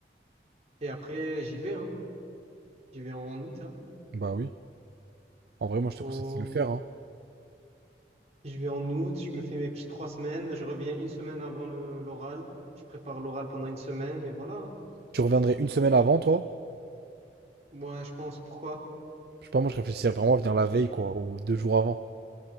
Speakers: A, on the right (about 35°); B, on the right (about 60°).
A: Et après, j'y vais, hein. J'y vais en août, hein.
B: Bah oui. En vrai, moi, je te
A: Au-
B: conseille de le faire, hein.
A: Je vais en août, je me fais mes petites trois semaines. Je reviens une semaine avant le- l'oral. Je prépare l'oral pendant une semaine et voilà. hein.
B: Tu reviendrais une semaine avant, toi?
A: Moi, je pense, pourquoi?
B: Je sais pas, moi, je réfléchissais vraiment à venir la veille, quoi, ou deux jours avant.